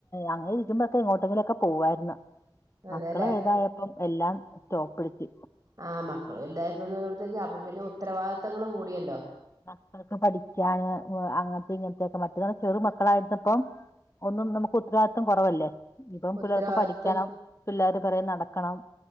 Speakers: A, on the left (about 30°); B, on the right (about 40°).
A: അങ്ങനെ ഇരിക്കുമ്പോഴക്കെ എങ്ങോട്ടെങ്കിലുംമൊക്കെ പോവായിര്ന്ന് മക്കള്
B: അതെല്ലേ
A: വെതായ പ്പം എല്ലാം <unintelligible> ച്ച്
B: ആഹ്. മക്കള് വല്ലായപ്പോ <unintelligible> ക്ക് അപ്പൊ പിന്നെ ഉത്തരവാദിത്തങ്ങള് കൂടിയല്ലോ?
A: മക്കൾക്ക് പഠിക്കാന് വ് അങ്ങൻത്തെ ഇങ്ങൻത്തെക്കെ വർക്ക് കള് ചെറു മക്കളായിര്ന്നപ്പം ഒന്നും നമുക്ക് ഉത്തരവാദിത്വം കൊറവല്ലേ. ഇപ്പം
B: ഉത്തരവാദിത്തം
A: പിള്ളേർക്ക് പഠിക്കണം. പിള്ളേര് പെറെകൈ നടക്കണം.